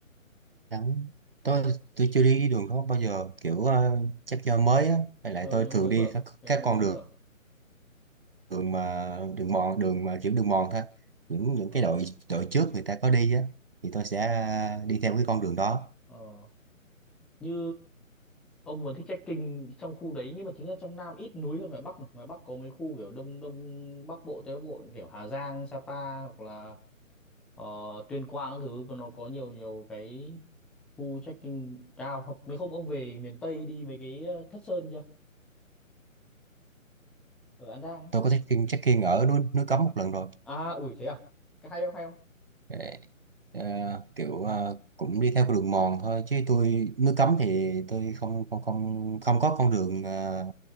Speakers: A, on the right (about 45°); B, in the centre.
A: đắng tôi tôi chưa đi đường đó bao giờ kiểu
B: ờ,
A: ờ, chắc do mới á với lại
B: ờ,
A: tôi
B: nó
A: thường
B: mới
A: đi
B: mở
A: các
B: cái
A: các
B: mới
A: con đường
B: mở
A: đường mà đường mòn đường mà kiểu đường mòn thôi những những
B: ờ,
A: cái đội đội trước người ta có đi á thì tôi sẽ đi theo cái con đường đó
B: ờ. như ông muốn thích trekking trong khu đấy nhưng mà chính là trong Nam ít núi hơn ngoài Bắc ngoài Bắc có mấy khu kiểu đông đông Bắc Bộ Tây Bắc Bộ kiểu Hà Giang Sapa hoặc là ờ, Tuyên Quang các thứ còn nó có nhiều nhiều cái khu trekking cao hoặc nếu không ông về miền Tây đi mấy cái ờ, Thất Sơn chưa ở An Giang ấy
A: tôi có trekking trekking ở núi núi Cấm một lần rồi
B: à ủi thế à cái hay không hay không
A: Để, ờ, kiểu ờ, cũng đi theo con đường mòn thôi chứ
B: Ờ.
A: tôi nước cấm thì tôi không không không không có con đường ờ,